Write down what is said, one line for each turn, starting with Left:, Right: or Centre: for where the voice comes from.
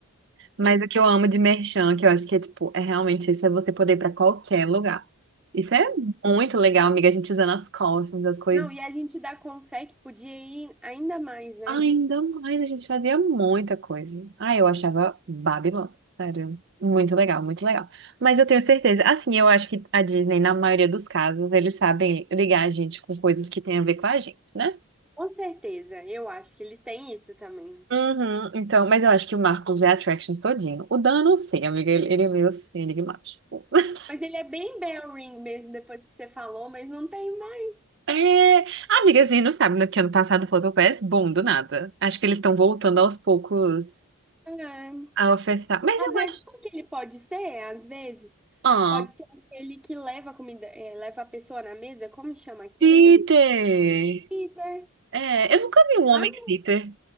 Centre: sim,
Right: Mas o que eu amo de merchan, que eu acho que é tipo, é realmente isso, é você poder ir pra qualquer lugar. Isso é
Centre: sim.
Right: muito legal, amiga, a gente usando as costas, as coisas.
Centre: Não, e a gente da Confec podia ir ainda mais, né?
Right: Ainda mais, a gente fazia muita coisa. Ah, eu achava Babylon, sério. Muito legal, muito legal. Mas eu tenho certeza, assim, eu acho que a Disney, na maioria dos casos, eles sabem ligar a gente com coisas que têm a ver com a gente, né?
Centre: Com certeza, eu acho que eles têm isso também.
Right: Uhum, então, mas eu acho que o Marcos vê Attractions todinho. O Dan, eu não sei, amiga, ele, ele é meio assim, enigmático. <laughs>
Centre: Mas ele é bem bell ring mesmo, depois que você falou, mas não tem mais.
Right: É, amiga, assim, não sabe, né, que ano passado o Photopass, bom, do nada. Acho que eles estão voltando aos poucos
Centre: É.
Right: a ofertar. Mas
Centre: Às
Right: eu
Centre: vezes,
Right: acho.
Centre: sabe o que ele pode ser? Às vezes,
Right: Ah,
Centre: pode ser aquele que leva a comida, eh, leva a pessoa na mesa, como chama aquele?
Right: Peter!
Centre: Peter.
Right: É, eu nunca vi um homem
Centre: Lá no,
Right: glitter.